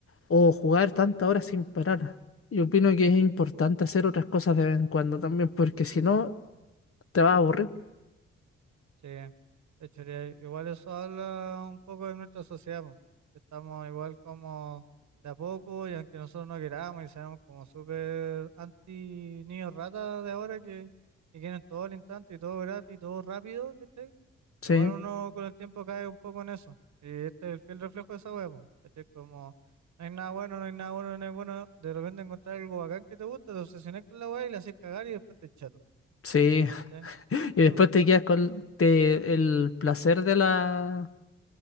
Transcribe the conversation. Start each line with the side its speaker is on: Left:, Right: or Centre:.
Left: o jugar tantas horas sin parar. Yo opino que es importante hacer otras cosas de vez en cuando también porque si no te vas a aburrir.
Right: Sí, de hecho, eh, igual eso habla un poco de nuestra sociedad, po, que estamos igual como de a poco y aunque nosotros no queramos y seamos como súper anti niños ratas de ahora que, que quieren todo al instante y todo gratis y todo rápido, ¿cachai?
Left: Sí,
Right: Igual uno con el tiempo cae un poco en eso. Y este es el fiel reflejo de esa hueá, po, ¿cachai? Como no hay nada bueno, no hay nada bueno, no hay bueno, de repente encontrar algo bacán que te gusta, te obsesionas con la hueá y la haces cagar y después te echato,
Left: sí.
Right: ¿cachai?
Left: Y después
Right: <laughs>
Left: te quedas con te- el placer de la